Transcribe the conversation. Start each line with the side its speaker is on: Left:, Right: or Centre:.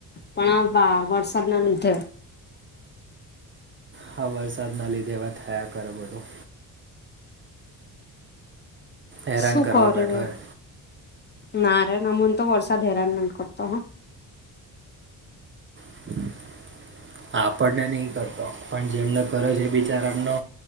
Left: પણ આ વરસાદ ના લીધે
Right: હા વરસાદના લીધે એવા થયા કરે બધું હેરાન
Left: શું
Right: કરવા
Left: કરે
Right: બેઠો
Left: હે
Right: છે
Left: ના રે ના મન તો વરસાદ હેરાન નહી કરતો હ
Right: <inaudible> હા આપણને નહી કરતો પણ જેમને કરે છે એ બિચાર એમનો